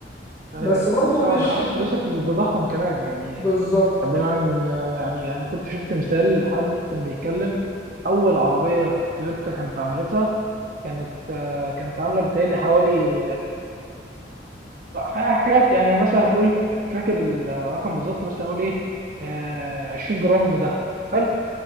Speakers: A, on the left; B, on the right.
A: بس
B: أيوه أيوه
A: برضو مش
B: لا وبيحافظ فلوسك من التضخم كمان يعني
A: بالظبط
B: خلينا ن- يعني أنا كنت شفت مثال لحد كان بيتكلم أول عربية تويوتا كانت عملتها كانت آه، كانت عامله بتهيألي حوالي آه، حاجات يعني مثلا نقول مش فاكر الرقم بالظبط بس هنقول ايه آه 20 جرام ده حلو